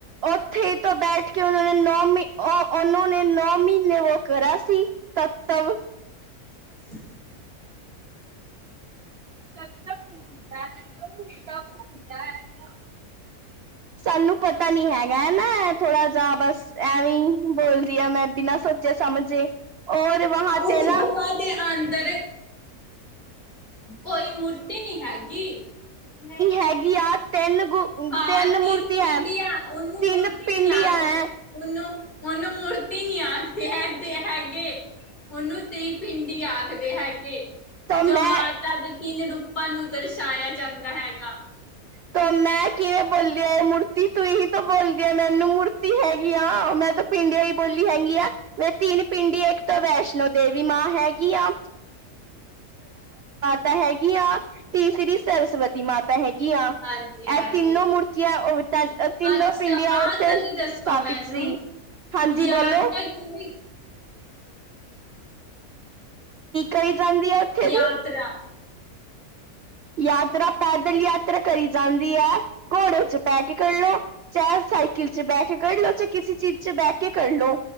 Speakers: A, on the right; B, on the left.
A: ਉੱਥੇ ਹੀ ਤੋਂ ਬੈਠ ਕੇ ਉਹਨੋ ਨੇ ਨੌ ਉਹਨੌ ਨੇ ਨੌ ਨੌ ਮਹੀਨੇ ਵੋ ਕਰਾ ਸੀ, ਤੱਤਵ।
B: ਖਾਲੀ
A: ਤੱਤਵ ਨਹੀਂ ਹੁੰਦਾ ਹੈਗਾ। ਉਹ ਤਪ ਹੁੰਦਾ ਹੈਗਾ। ਸਾਨੂੰ ਪਤਾ ਨੀ ਹੈਗਾ ਹੈ ਨਾ ਥੋੜਾ ਜਾ ਬਸ ਐਵੇਂ ਈ ਬੋਲਦੀਆ ਮੈਂ ਬਿਨਾ ਸੋਚੇ ਸਮਝੇ। ਔਰ ਵਹਾ
B: ਉਸ
A: ਤੇ ਨਾ
B: ਗੁਫਾ ਦੇ ਅੰਦਰ ਕੋਈ ਮੂਰਤੀ ਨੀ ਹੈਗੀ। ਨਹੀਂ,
A: ਹੈਗੀ ਆ ਤਿੰਨ ਗੁ-
B: ਹਾਂ, ਤਿੰਨ
A: ਮੂਰਤੀ
B: ਪਿੰਡੀਆਂ।
A: ਹੈ
B: ਉਹਨੂੰ
A: ਤਿੰਨ
B: ਮੂਰਤੀ
A: ਪਿੰਡੀਆਂ
B: ਨੀ ਆਖਦੇ।
A: ਹੈ
B: ਉਨੂੰ, ਉਹਨੂੰ ਮੂਰਤੀ ਨੀ ਆਖਦੇ ਹੈ ਤੇ ਹੈਗੇ। ਉਹਨੂੰ ਤਿੰਨ ਪਿੰਡੀ ਆਖਦੇ ਹੈਗੇ।
A: ਤਾਂ
B: ਜੋ
A: ਮੈਂ
B: ਮਾਂ ਤਿੰਨ ਰੂਪਾਂ ਨੂੰ ਦਰਸਾਇਆ ਜਾਂਦਾ ਹੈਗਾ। ਹਾਂ,
A: ਤਾਂ ਮੈਂ
B: ਹਾਂਜੀ-ਹਾਂਜੀ।
A: ਕਿਵੇਂ ਬੋਲਿਆ ਇਹ ਮੂਰਤੀ ਤੂੰ ਹੀ ਤਾਂ ਬੋਲਦੀ ਹੈ ਮੈਨੂੰ ਮੂਰਤੀ ਹੈਗੀ ਆ ਮੈਂ ਤਾਂ ਪਿੰਡੀਆਂ ਹੀ ਬੋਲੀ ਹੈਗੀ ਆ ਵੇ ਤਿੰਨ ਪਿੰਡੀ ਇੱਕ ਤਾਂ ਵੈਸ਼ਨੋ ਦੇਵੀ ਮਾਂ ਹੈਗੀ ਆ ਤਾ ਹੈਗੀ ਆ। ਤੀਸਰੀ ਸਰਸਵਤੀ ਮਾਤਾ ਹੈਗੀ ਆ।
B: ਹਾਂਜੀ ਹਾਂਜੀ
A: ਇਹ ਤਿੰਨੋ ਮੂਰਤੀਆਂ, ਉਹ ਤਾ ਤਿੰਨੋ
B: ਅੱਛਾ
A: ਪਿੰਡੀਆਂ
B: ਆਹ
A: ਉੱਥੇ
B: ਗੱਲ ਦੱਸੋ
A: ਸਥਾਪਿਤ
B: ਮੈਨੂੰ
A: ਸੀ। ਹਾਂਜੀ,
B: ਯਾਤਰਾ
A: ਬੋਲੋ।
B: ਕਿਵੇਂ ਕੀ ਕਹੀ
A: ਕਰੀ
B: ਜਾਂਦੇ
A: ਜਾਂਦੀ ਹੈ
B: ਹੋ?
A: ਉੱਥੇ
B: ਯਾਤਰਾ।
A: ਦੀ ਯਾਤਰਾ ਪੈਦਲ ਯਾਤਰਾ ਕਰੀ ਜਾਂਦੀ ਹੈ। ਘੋੜੇ ਚ ਬੈ ਕੇ ਕਰੱ ਲਉ। ਚਾਹੇ ਸਾਈਕਲ ਚ ਬਹਿ ਕੇ ਕੱਢ ਲਓ। ਚਾਹੇ ਕਿਸੇ ਚੀਜ਼ ਚ ਬਹਿ ਕੇ ਕਰ ਲੋ।